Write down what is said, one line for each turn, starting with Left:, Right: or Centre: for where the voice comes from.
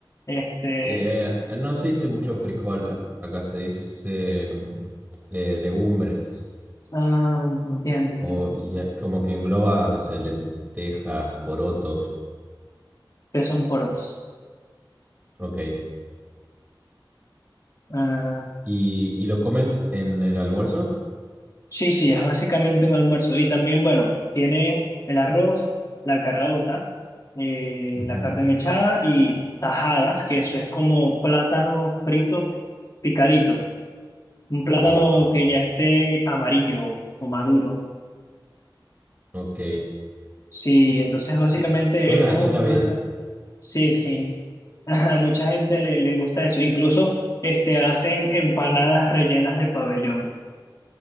Left: Este,
Right: Eh, no se dice mucho frijol, acá se dice mm, eh, legumbres.
Left: ah, entiendo, entiendo.
Right: O y, eh, como que engloba, no sé, lentejas, porotos.
Left: que son porotos.
Right: Ok.
Left: Ah,
Right: ¿Y, y lo comen en el almuerzo?
Left: sí, sí, es básicamente un almuerzo. Y también, bueno, tiene el arroz, la caraota, eh,
Right: Ujú.
Left: la carne mechada y tajadas, que eso es como plátano frito picadito. Un plátano
Right: Wow.
Left: que ya esté amarillo o maduro.
Right: Ok.
Left: Sí, entonces básicamente
Right: Que- Suena,
Left: ese es
Right: suena
Left: un plátano.
Right: bien.
Left: Sí, sí. <laughs> A mucha gente le, le gusta eso. Incluso este, hacen empanadas rellenas de pabellón.